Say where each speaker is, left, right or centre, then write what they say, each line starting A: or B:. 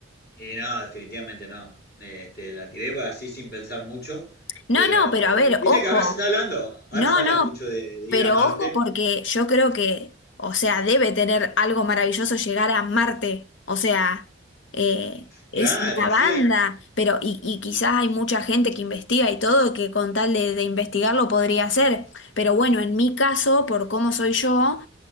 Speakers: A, on the left; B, on the left.
A: Y no, definitivamente no. Este, la tiré para así sin pensar mucho,
B: No,
A: pero
B: no, pero a ver,
A: viste
B: ojo.
A: que ahora se está hablando, ahora
B: No,
A: se habla
B: no,
A: mucho de, de
B: pero
A: ir a Marte.
B: ojo porque yo creo que, o sea, debe tener algo maravilloso llegar a Marte. O sea, eh,
A: Claro,
B: es una banda,
A: sí, hay-
B: pero y, y quizás hay mucha gente que investiga y todo, que con tal de, de investigarlo podría hacer. Pero bueno, en mi caso, por cómo soy yo,